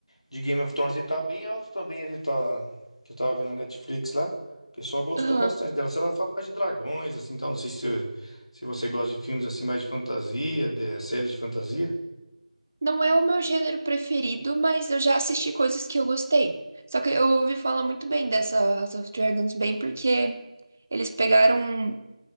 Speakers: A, on the left; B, on the right.
A: de Game of Thrones. E tá bem alto também ali, tá, que eu tava vendo na Netflix lá. O pessoal gostou
B: Aham.
A: bastante dela. Se ela fala mais de dragões, assim, tal. Não sei se, se você gosta de filmes assim, mais de fantasia, de séries de fantasia.
B: Não é o meu gênero preferido, mas eu já assisti coisas que eu gostei. Só que eu ouvi falar muito bem dessa House of Dragons, bem porque eles pegaram. um